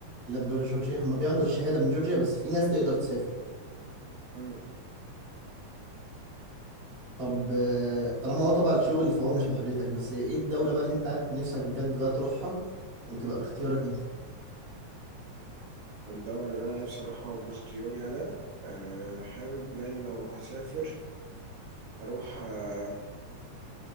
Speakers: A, on the right (about 35°); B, on the right (about 75°).
A: لا تجارة جورجيا هم بياخدوا الشهادة من جورجيا بس في ناس تقدر تسافر
B: مم.
A: طب آه، طالما هو طبعا الشغل فهو مش بحريتك بس ايه الدولة بقى اللي انت نفسك بجد بقى تروحها وتبقى باختيارك انت
B: الدولة اللي أنا نفسي أروحها وباختياري أنا أه حابب يعني لو هسافر أروح أه